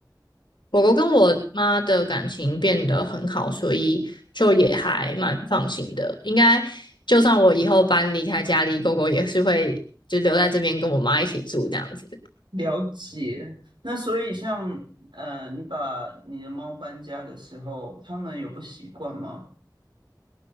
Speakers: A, on the left; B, on the right.
A: 狗狗跟我妈的感情变得很好，所以就也还蛮放心的。应该就算我以后搬离开家里，狗狗也是会就留在这边跟我妈一起住这样子。
B: 了解。那所以像呃，你把你的猫搬家的时候，他们有不习惯吗？